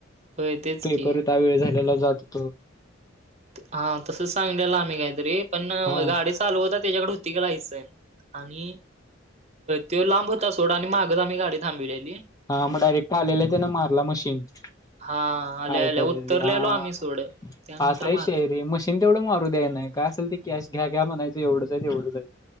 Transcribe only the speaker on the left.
पेपर
होता, वेळ झालेला जात होतो.
हा
हां मग डायरेक्ट आलेला त्यान मारला मशीन आहे
कायतरी
हां,
असा
विषय आहे रे मशीन तेवढं मारू द्यायच नाही. काय असल ते कॅश घ्या घ्या म्हणायचं. एवढंच आहेत तेवढंच आहेत.